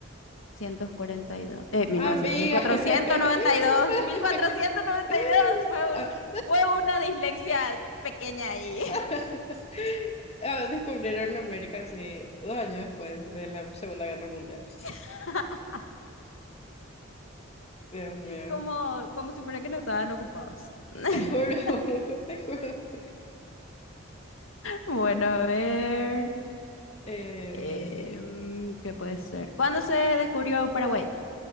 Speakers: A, on the left (about 80°); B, on the left (about 30°).
A: 1942, eh, mil
B: Amiga.
A: novecientos, mil cuatrocientos
B: <laughs>
A: noventa y dos mil cuatrocientos noventa y dos, fue
B: Ah,
A: un, fue una dislexia pequeña ahí,
B: <laughs> ah, Descubrieron América, sí, dos años después de la Segunda Guerra Mundial.
A: <laughs>
B: Dios mío,
A: como, como si fuera que no estaban ocupados. <laughs>
B: te juro, <laughs> te juro.
A: Bueno, a ver,
B: Eh,
A: em, ¿qué puede ser? ¿Cuándo se descubrió Paraguay?